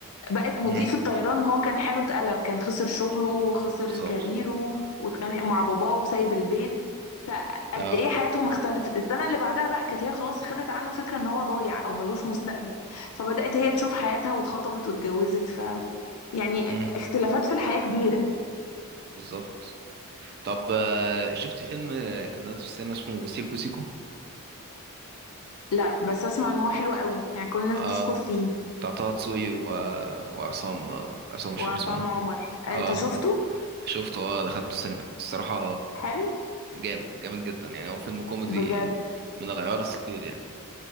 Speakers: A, on the left (about 80°); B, on the right (about 45°).
A: بقت مضيف
B: مم.
A: الطيران هو كان حاله اتقلب كان خسر شغله وخسر
B: بالظبط
A: كاريره واتخانق مع باباه وسايب البيت فقد
B: اه
A: ايه حياتهم اختلفت السنه اللي بعدها بقى كانت هي خلاص خدت عنه فكره ان هو ضايع او ملوش مستقبل فبدات هي تشوف حياتها واتخطبت واتجوزت ف يعني
B: مم.
A: اختلافات في الحياه كبيره
B: بالظبط طب آه، شفت فيلم آه، كان نازل في السينما اسمه سيكو سيكو
A: لا بس اسمع ان هو حلو قوي يعني كل الناس
B: اه
A: بتشكر فيه
B: بتاع طه دسوقي و... وعصام آه، عصام مش
A: وعصام
B: فاكر اسمه ايه
A: عمر انت
B: اه
A: شفته
B: شفته اه دخلته السينما الصراحه
A: حلو
B: جامد جامد جدا يعني هو فيلم كوميدي
A: بجد
B: من العيار الثقيل يعني